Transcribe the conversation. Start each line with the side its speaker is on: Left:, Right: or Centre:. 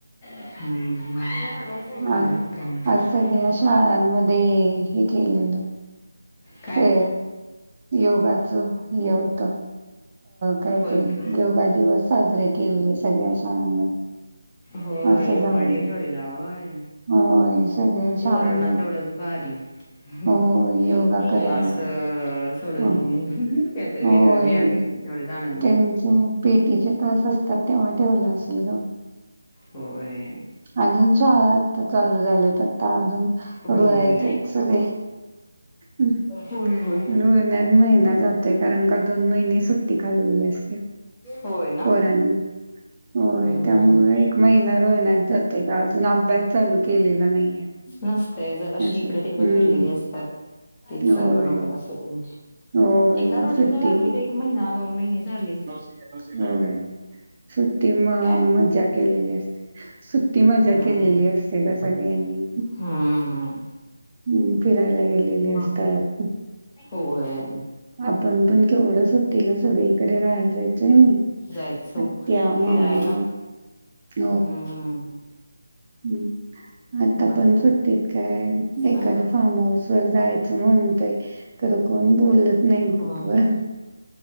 Left: हा हा
Right: अं
Left: मग काय नाही
Right: आज सगळ्या शाळांमध्ये? हे केलेलं.
Left: काय
Right: ते योगाच हे होत, अ काय?
Left: होय
Right: ते
Left: की.
Right: योगा दिवस साजरे केले सगळ्या शाळांमध्ये.
Left: होय
Right: असं
Left: योगा
Right: झालं
Left: डे ठेवलेला होय.
Right: होय सगळ्या शाळांमध्ये
Left: पोरांना तेवढंच भारी, हम
Right: होय योगा
Left: क्लास
Right: करायला
Left: अ सोडून
Right: हो
Left: काहीतरी
Right: होय
Left: वेगळं मिळालं की तेवढंच आनंदी
Right: त्यांचे
Left: होतात.
Right: पीटीचे तास असतात तेव्हा ठेवला असेल गं.
Left: होय.
Right: अजून शाळा आत्ता चालू झाल्यात आता अजून
Left: होय.
Right: रुळायचेत सगळे. हं.
Left: होय-होय.
Right: रुळण्यात महिना जातोय कारण का दोन महिने सुट्टी खाल्लेली असते
Left: होय ना?
Right: पोरांनी. होय
Left: हम्म.
Right: त्यामुळे एक महिना रुळण्यात जातोय का अजून अभ्यास चालू केलेला नाहीये.
Left: नसतय, जराशी
Right: असं
Left: इकड
Right: हम्म
Left: तिकडं फिरलेली असतात. तेच सांगं
Right: होय
Left: डोक्यात असत त्यांच्या,
Right: होय
Left: एकदा रुटीन
Right: सुट्टी
Left: ला लागली ते महिना दोन महिने झाले.
Right: नाही, नाही सुट्टी म
Left: काय
Right: मजा केलेली असते. सुट्टी मजा
Left: हम्म
Right: केलेली असते त्या सगळ्यांनी.
Left: हम्म
Right: हम्म, फिरायला गेलेले असतात.
Left: मग होय
Right: आपण पण केवढ सुट्टीला सगळे इकडे राहयाला जायत हो नाही?
Left: जायचो
Right: आत्या मामा
Left: फिरायला
Right: <inaudible>
Left: हम्म
Right: <unintelligible> आता
Left: मग
Right: पण
Left: काय
Right: सुट्टीत काय एखाद्या
Left: तर
Right: फार्म हाऊस वर जायचं म्हणतोय. खरं कोण बोलत नाही ग्रुपवर.
Left: होय